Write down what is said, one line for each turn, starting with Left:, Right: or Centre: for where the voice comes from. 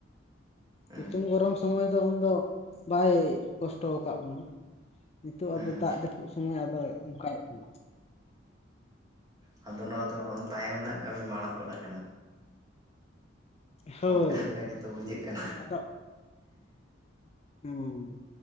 Right: ᱦᱩᱸ
Left: ᱥᱤᱛᱩᱝ
Right: ᱦᱩᱸ
Left: ᱜᱚᱨᱚᱢ ᱥᱚᱢᱚᱭ ᱫᱚ ᱩᱱ ᱫᱚ ᱵᱟᱭ ᱠᱚᱥᱴᱚ ᱠᱟᱜ ᱵᱚᱱᱟ। ᱱᱤᱛᱳᱜ
Right: ᱦᱩᱸ
Left: ᱟᱫᱚ ᱫᱟᱜ ᱡᱟᱹᱯᱩᱫ ᱥᱚᱢᱚᱭ ᱟᱫᱚ ᱚᱱᱠᱟᱭᱮᱫ ᱵᱚᱱᱟ।
Right: ᱦᱮᱸ ᱟᱫᱚ ᱱᱚᱣᱟ ᱫᱚ ᱛᱟᱭᱚᱢ ᱨᱮᱱᱟᱜ ᱠᱟᱹᱢᱤ ᱢᱟᱲᱟᱝ ᱜᱚᱫ ᱟᱠᱟᱱᱟ।
Left: ᱦᱳᱭ
Right: ᱚᱱᱠᱟ ᱞᱮᱠᱟ ᱜᱮᱛᱚ ᱵᱩᱡᱷᱟᱹᱜ ᱠᱟᱱᱟ।
Left: ᱟᱫᱚ ᱦᱩᱸ